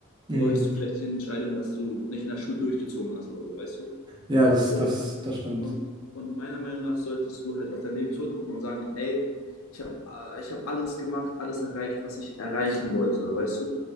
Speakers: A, on the right; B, on the left.
A: mm.
B: bereust du vielleicht die Entscheidung, dass du nicht in der Schule durchgezogen hast oder so, weißt du?
A: Ja, das,
B: Und
A: das, das stimmt.
B: Und, und meiner Meinung nach solltest du halt auf dein Leben zurückgucken und sagen, ey, ich habe ich hab alles gemacht, alles erreicht, was ich erreichen wollte, weißt du?